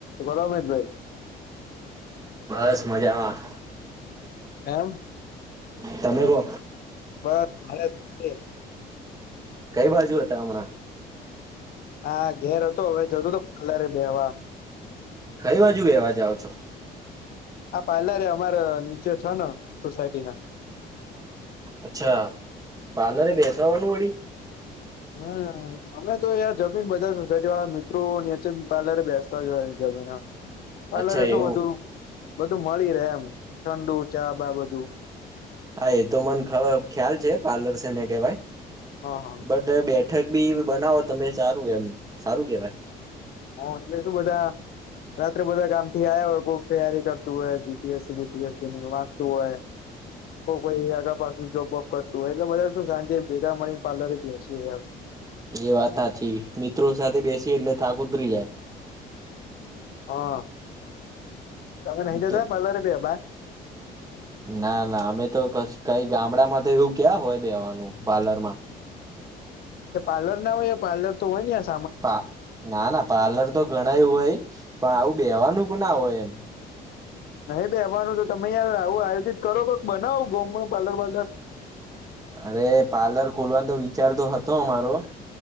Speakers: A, on the left (about 65°); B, on the right (about 20°).
A: બડો અમિતભાઈ
B: બસ મજામાં
A: એમ
B: તમે કો
A: બસ મારે <inaudible>
B: કઈ બાજુ હતા હમણાં
A: હા ઘેર હતો હવે જતું તો પાલરે બેહવા
B: કઈ બાજુ બેહવા જાઓ છો
A: આ પાર્લરે અમારે નીચે છે ને સોસાયટી ના
B: અચ્છા. પાર્લરે બેસવા આવાનું વડી.
A: હમ્મ. અમે તો અહીંયા જમીન બધા સોસાયટી વાળા મિત્રો નીચે પાર્લરે બેસતા જ હોય જમીને. પાલરે
B: અચ્છા
A: શું
B: એવું
A: બધું-બધું મળી રહે એમ, ઠંડુ, ચા, બા બધું.
B: હા એ તો મને ખ ખ્યાલ છે પાર્લર શેને કેવાય,
A: હા હા
B: બટ બે બેઠક બી બનાવો તમે સારું એમ, સારું કેવાય.
A: હા એટલે શું બધા રાત્રે બધા કામથી આયા હોય કોક તૈયારી કરતું હોય જી પી એસ સીની, પી એસ સીની વાંચતું હોય કોક વળી આઘા પાછું જોબ વોબ કરતું હોય એટલે બધા શું શાંતિએ ભેગા મળીને પાલરે બેસીએ એમ.
B: એ વાત હાચી. મિત્રો સાથે બેસી એટલે થાક ઉતરી જાય.
A: હા. તમે નહી જતા
B: તો
A: પાર્લરે બેહવા
B: ના, ના અમે તો કશ કાઈ ગામડામાં તો એવું ક્યાં હોય બેવાનું પાર્લર માં.
A: તો પાર્લર ના હોય તો પાલર તો હોય હ
B: પા ના, ના પાર્લર તો ઘણાય હોય, પણ આવું બેહવાનું કે ના હોય એમ.
A: નહિં બેહવાનું તો તમે યાર આવું આયોજિત કરો કોક બનાવો <unintelligible> પાર્લર વાર્લર.
B: અરે પાર્લર ખોલવાન તો વિચારતો હતો અમારો.